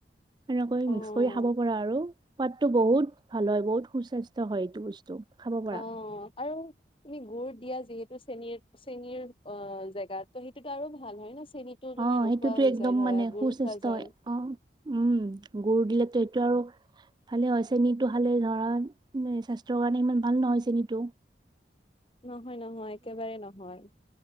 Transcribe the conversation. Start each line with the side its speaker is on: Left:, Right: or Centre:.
Right: সেনেকৈ
Left: অ
Right: মিক্স কৰি খাব পাৰা আৰু সোৱাদটো বহুত ভাল হয় বহুত সুস্বাস্থ্য হয় এইটো বস্তু। খাব পৰা
Left: অহ, আৰু তুমি গুৰ। দিয়া যিহেতু, চেনিৰ চেনিৰ অহ, জেগাত ত সেইটোতো আৰু ভাল হয় ন। চেনীটো তোমাৰ
Right: অহ,
Left: নোখোৱা
Right: সেইটোতো
Left: হৈ
Right: একদম
Left: যায় ধৰা
Right: মানে
Left: গুড়
Right: সু-চেষ্ট।
Left: খোৱা যায়
Right: অহ, উম, গুৰ দিলে সেইটো আৰু ভালে হয় চেনীটো খালে ধৰা স্বাস্থ্যৰ কাৰণে ইমান ভাল নহয় চেনীটো।
Left: নহয়, নহয়, একেবাৰে নহয়।